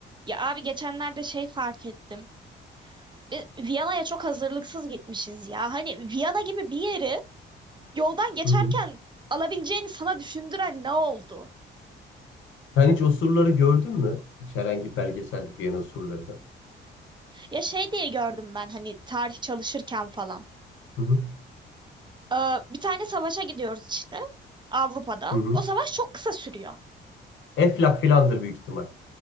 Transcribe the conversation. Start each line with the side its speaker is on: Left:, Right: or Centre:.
Right: Ya abi geçenlerde şey fark ettim. Biz Viyana'ya çok hazırlıksız gitmişiz ya. Hani Viyana gibi bir yeri yoldan geçerken
Left: Hı hı.
Right: alabileceğini sana düşündüren ne oldu?
Left: Sen hiç osurları gördün mü? Hiç herhangi bir belgeselde Viyana osurlarını.
Right: Ya şey diye gördüm ben hani tarih çalışırken falan.
Left: Hı hı.
Right: Ee, bir tane savaşa gidiyoruz işte Avrupa'da.
Left: Hı hı.
Right: O savaş çok kısa sürüyor.
Left: Eflak filandır büyük ihtimal.